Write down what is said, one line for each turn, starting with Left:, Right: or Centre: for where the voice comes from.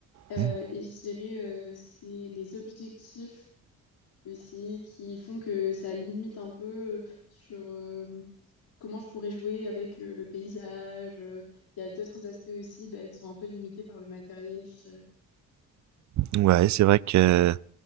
Left: Euh,
Right: Hmm.
Left: et je dirais, euh, c'est les objectifs aussi qui font que ça limite un peu euh, sur euh, comment je pourrais jouer avec euh, le paysage. Euh, Il y a d'autres aspects aussi bah, qui sont un peu limités par le matériel, je dirais.
Right: Ouais, c'est vrai que